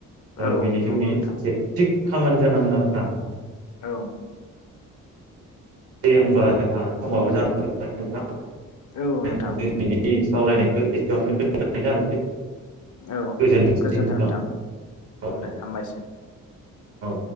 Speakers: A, on the left; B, on the right.
A: औ
B: बेनि
A: नंगौ
B: जोंनि
A: नोंथां
B: से थिग खामानि जानांगोन आरोना
A: औ
B: दे होमबा जोंहा समाबो जानानै फैबाय नोंथां।
A: औ नोंथां
B: जों बिनि सावरायनायखौ एसेयावनो दोननाय जानोसै।
A: औ
B: गोजोनथोंसै
A: गोजोन्थों
B: नोंथां
A: नोंथां
B: औ
A: दे हामबायसै।
B: औ।